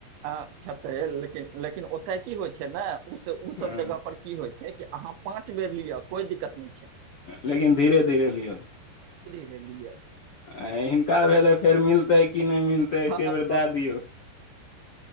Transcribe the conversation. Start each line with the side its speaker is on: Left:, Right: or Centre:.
Right: हां खेतै लेकिन लेकिन ओतय की होइ छै नै उ से
Left: हँ
Right: उ सब जगह पर की होइ छै। की अहाँ पाँच बेर लिया कोई दिक्कत नै छै।
Left: लेकिन धीरे धीरे लिहा।
Right: लेलीया।
Left: अ हिनका भेले फेर मिलतै की नै मिलतै
Right: हँ,
Left: एके बेर दए दियौ।